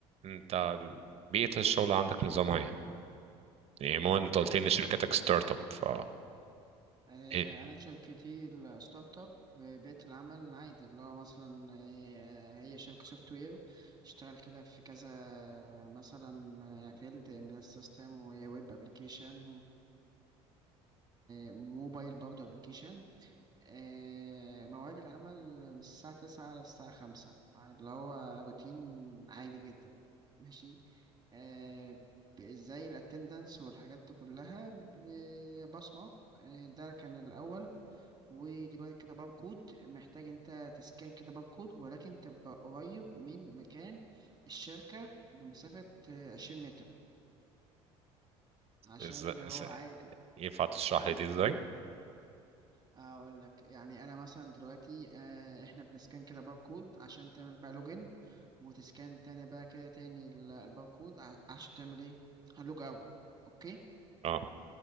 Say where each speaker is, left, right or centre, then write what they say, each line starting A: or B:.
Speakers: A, on the right (about 45°); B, on the right (about 30°).
A: انت ال- بيئة الشغل عندك نظامها ايه؟ يعني مو انت قلت لي ان شركتك ستارت اب ف
B: آه،
A: ايه
B: أنا شركتي الستارت اب بيئة العمل العادي اللي هو مثلا آه، هي شركة سوفت وير اشتغل كده في كذا مثلا فيلد امبيدد سيستم ويا ويب ابلكيشن وموبايل برضه ابلكيشن آه، مواعيد العمل من الساعة تسعة للساعة خمسة اللي هو روتين عادي جدا ماشي آه، ب- زي الاتندنس والحاجات دي كلها ب- بصمة آه، ده كان الأول ودلوقتي كده باركود محتاج انت تسكان كده باركود ولكن تبقى قريب من مكان الشركة بمسافة آه، عشرين متر عشان
A: إز...
B: اللي
A: إز...
B: هو عادي
A: ينفع تشرح لي دي ازاي؟
B: اقول لك يعني انا مثلا دلوقتي آه، احنا بنسكان كده باركود عشان تعمل بقى لوجن وتسكان تاني بقى كده تاني ال- الباركود ع- عشان تعمل ايه هلوج اوت اوكي
A: اه